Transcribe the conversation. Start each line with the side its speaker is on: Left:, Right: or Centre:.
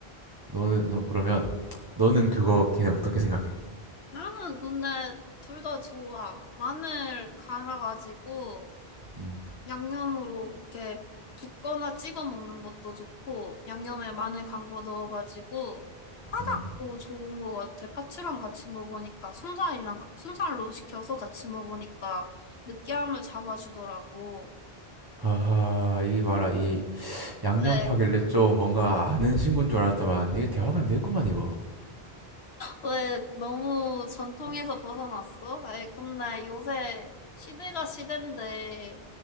Right: 너는 너 그러면 너는 그거 걔네 어떻게 생각해?
Left: 나는 근데 둘 다 좋아. 마늘 갈아가지고
Right: 음,
Left: 양념으로 그렇게 붓거나 찍어 먹는 것도 좋고 양념에 마늘 간 거 넣어가지고 파닭도
Right: 음.
Left: 좋은 것 같아. 파츠랑 같이 먹으니까 순살이랑 순살로 시켜서 같이 먹으니까 느끼함을 잡아주더라고.
Right: 하하 이 봐라 이 양념
Left: 왜,
Right: 파길래 좀 뭔가 아는 친구인 줄 알았더만 이게 대화가 안 됐구만 이거
Left: 왜 너무 전통에서 벗어났어? 아니, 근데 요새 시대가 시대인데